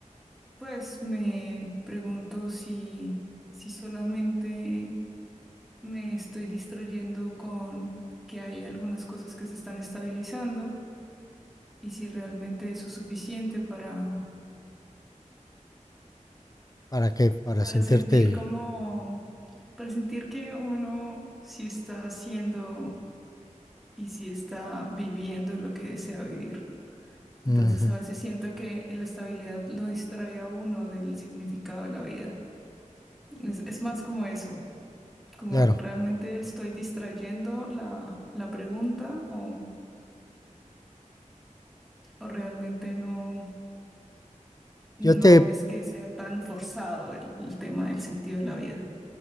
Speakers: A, in the centre; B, on the left.
A: pues me pregunto si, si solamente me estoy distrayendo con que hay algunas cosas que se están estabilizando y si realmente eso es suficiente para,
B: ¿Para qué? Para
A: para
B: sentirte...
A: sentir como, para sentir que uno sí está haciendo y sí está viviendo lo que desea vivir. Entonces
B: Ujú,
A: a veces siento que la estabilidad lo distrae a uno del significado de la vida. Es, es más como eso, como
B: Claro.
A: realmente estoy distrayendo la, la pregunta o, o realmente no, no
B: Yo te,
A: es que sea tan forzado el, el tema del sentido de la vida.